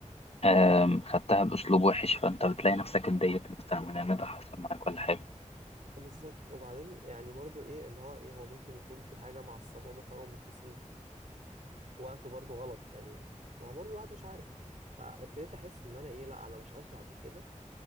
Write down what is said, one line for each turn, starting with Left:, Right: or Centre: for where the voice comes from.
Left: آم، خدتها باسلوب وحش فانت بتلاقي نفسك اتضايقت مثلا من ان ده حصل معاك ولا حاجه
Right: بالظبط وبعدين يعني برضو ايه اللي هو ايه هو ممكن يكون في حاجه معصبه مثلا هو متصل في وقت برضو غلط يعني ما هو برضو الواحد مش عارف فابتديت احس ان انا ايه لا انا مش عايز بعد كده